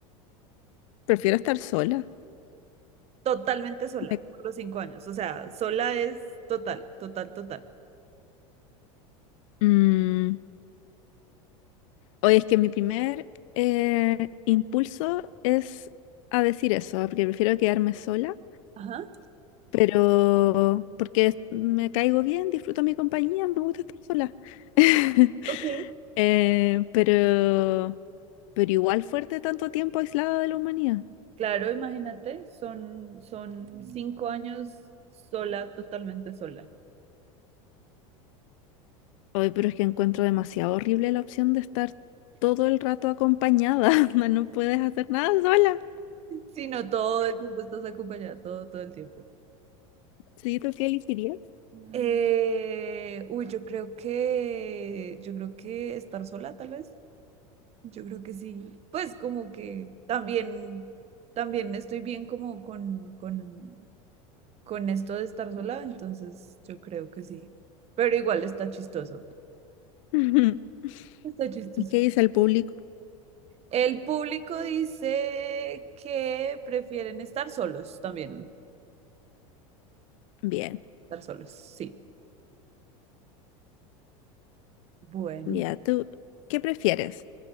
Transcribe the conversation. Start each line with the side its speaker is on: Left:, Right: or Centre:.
Left: Prefiero estar sola.
Right: Totalmente sola
Left: Me-
Right: por los cinco años. O sea, sola es total, total, total.
Left: Mm, oye, es que mi primer eh, impulso es a decir eso, porque prefiero quedarme sola,
Right: Ajá.
Left: pero porque me caigo bien, disfruto mi compañía, me gusta estar sola. <laughs>
Right: Ok.
Left: Eh, pero, pero igual fuerte tanto tiempo aislada de la humanidad.
Right: Claro, imagínate, son, son cinco años sola, totalmente sola.
Left: Hoy, pero es que encuentro demasiado horrible la opción de estar todo el rato acompañada. <laughs> onda, No puedes hacer nada sola.
Right: Sino todo el tiempo estás acompañada, todo, todo el tiempo.
Left: ¿Sí, tú qué elegirías?
Right: Eh, uy, yo creo que, yo creo que estar sola, tal vez. Yo creo que sí. Pues como que también, también estoy bien como con, con, con esto de estar sola, entonces yo creo que sí. Pero igual está chistoso.
Left: <laughs>
Right: Está chistoso.
Left: ¿Y qué dice el público?
Right: El público dice que prefieren estar solos también.
Left: Bien,
Right: Estar solos, sí. Bueno.
Left: ya tú, ¿qué prefieres?